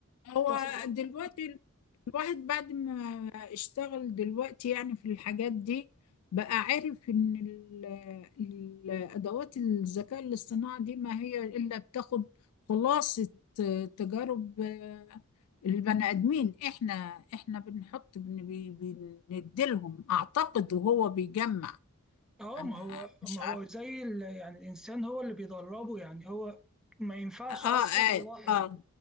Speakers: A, on the left; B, in the centre.
A: هو
B: ممكن أصور-
A: دلوقتي ال- الواحد بعد ما اشتغل دلوقتي يعني في الحاجات دي بقى عارف ان ال- ال- الادوات الذكاء الاصطناعي دي ما هي الا بتاخد خلاصة آه، تجارب آه، البني ادمين احنا احنا بنحط بن- بي- بنديلهم اعتقد وهو بيجمع
B: اه
A: انا
B: ما هو
A: مش
B: ما هو
A: عارفه
B: زي ال- يعني الانسان هو اللي بيدربه يعني هو ما ينفعش
A: اه
B: اصلا
A: اه
B: لوحده
A: اه